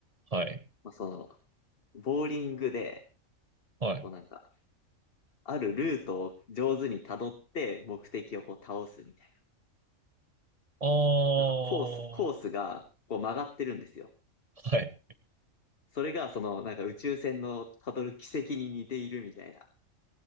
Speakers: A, on the right (about 30°); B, on the left (about 45°).
A: はい。
B: まあ、その、ボーリングで、
A: はい。
B: こうなんか、あるルートを上手に辿って目的をこう倒すみたい
A: ああ、
B: な。なんかコース、コースがこう曲がってるんですよ。
A: はい。
B: それがそのなんか宇宙船の辿る軌跡に似ているみたいな。